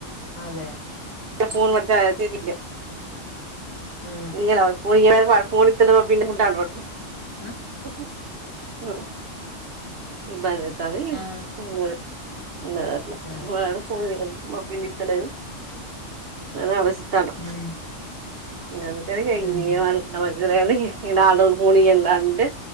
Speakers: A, on the left; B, on the right.
A: అదే
B: ఫోన్ వచ్చ తెలీట్లే
A: ఆ
B: నీకెవడు పోను చెయ్యడు పాడు పోనిత్తలేవు పిండు కుంటండు పట్టు
A: ఆ
B: హు ఉ అ అ ఇబ్బంది అయితంది
A: ఆ
B: ఉ ఉన్నది అట్లా
A: సరే
B: వాడు ఫోన్ చే మా పిండి ఇస్తలేదు మర వసి ఇత్తండు
A: ఉమ్
B: గందుకనె ఇగ
A: ఉహు
B: ఏమనుకున్న మంచిదే వేళ్ళని నాలుగు రోజులు కూలికెల్లా అంటే